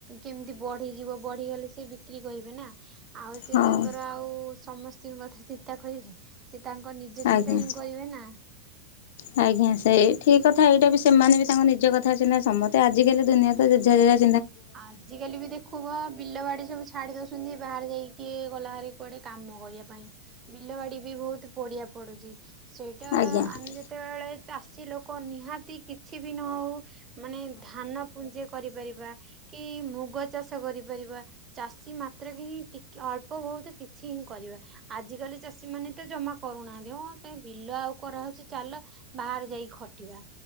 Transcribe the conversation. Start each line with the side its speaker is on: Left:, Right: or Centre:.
Right: କେମତି ବ ବଢିଯିବ ବଢିଗଲେ ସେ ବିକ୍ରି କରିବେ ନା। ଆଉ ସେ
Left: ହଁ
Right: ତାଙ୍କର ଆଉ ସମସ୍ତିଙ୍କ କଥା ଚିନ୍ତା କରିବି। ତାଙ୍କ ନିଜ
Left: ଆଜ୍ଞା।
Right: ଚିନ୍ତା ହିଁ କରିବେ ନା।
Left: ଆଜ୍ଞା ସେଇ ଠିକ୍ କଥା ଏଇଟା ବି ସେମାନେ ବି ତାଙ୍କ ନିଜ କଥା ସିନା ସମତେ ଆଜିକାଲି ଦୁିନିଆ ତ ଯେଝା ଯେଝା
Right: ଆଜିକାଲି ବି ଦେଖୁବ ବିଲ ବାଡି ସବୁ ଛାଡି ଦଉ ଛନ୍ତି। ବାହାରେ ଯାଇକି କିଏ ଗଲା ହାରି କୁଆଡେ କାମ କରିବା ପାଇଁ ବିଲ ବାଡି ବି ବହୁତ ପଡିଆ ପଡୁଛି। ସେଇଟା
Left: ଆଜ୍ଞା
Right: ଆମେ ଯେତେବେଳେ ଚାଷୀ ଲୋକ ନିହାତି କିଛି ବି ନ ହଉ ମାନେ ଧାନ ପୁଞ୍ଜି କରିପାରିବା। କି ମୁଗ ଚାଷ କରିପାରିବା ଚାଷୀ ମାତ୍ରକେ ହିଁ ଟି ଅଳ୍ପ ବହୁତ କିଛି ହିଁ କରି ବା ଆଜି କାଲି ଚାଷୀ ମାନେ ତ ଜମା କରୁନାହାନ୍ତି ହଁ ସେ ବିଲ ଆଉ କରାହଉଛି ଚାଲ ବାହା ଯାଇ ଖଟିବା।